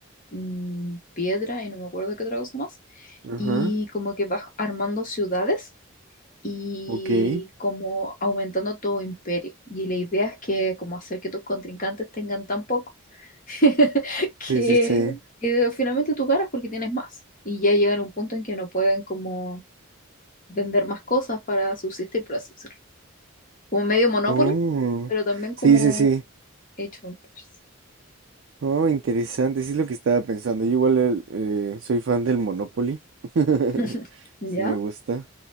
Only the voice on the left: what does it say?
mm, piedra y no me acuerdo qué otra cosa más,
y como que vas armando ciudades y
como aumentando tu imperio. Y la idea es que como hacer que tus contrincantes tengan tan poco <laughs> que,
que finalmente tú ganas porque tienes más. Y ya llegan a un punto en que no pueden como vender más cosas para subsistir, por así decirlo como medio Monopoly,
pero también
como
Age of Empires.
<laughs> ¿Ya?